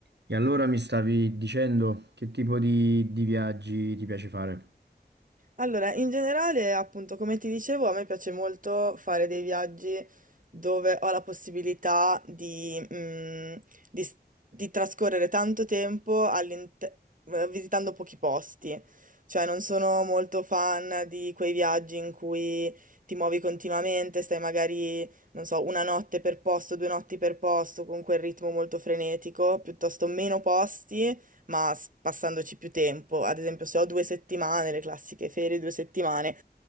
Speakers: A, on the right; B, on the right.
A: E allora mi stavi dicendo che tipo di, di viaggi ti piace fare?
B: Allora, in generale, appunto, come ti dicevo, a me piace molto fare dei viaggi dove ho la possibilità di, mm, di s- di trascorrere tanto tempo all'inter- eh, visitando pochi posti. Cioè, non sono molto fan di quei viaggi in cui ti muovi continuamente, stai magari, non so, una notte per posto, due notti per posto, con quel ritmo molto frenetico, piuttosto meno posti ma s- passandoci più tempo. Ad esempio, se ho due settimane, le classiche ferie, due settimane,